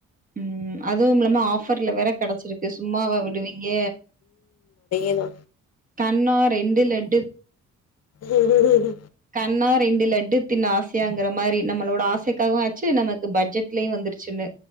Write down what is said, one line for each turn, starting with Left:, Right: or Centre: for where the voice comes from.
Right: ம் அதுவும் இல்லாம ஆஃபர்ல வேற கெடச்சிருக்கு சும்மாவா விடுவீங்க
Left: எதோ
Right: கண்ணா ரெண்டு லட்டு
Left: உம் உம்ம்
Right: கண்ணா ரெண்டு லட்டு திண்ண ஆசையாங்கிற மாரி நம்மளோட ஆசைக்காகவும் ஆச்சு நமக்கு பட்ஜெட்லயும் வந்துருச்சுன்னு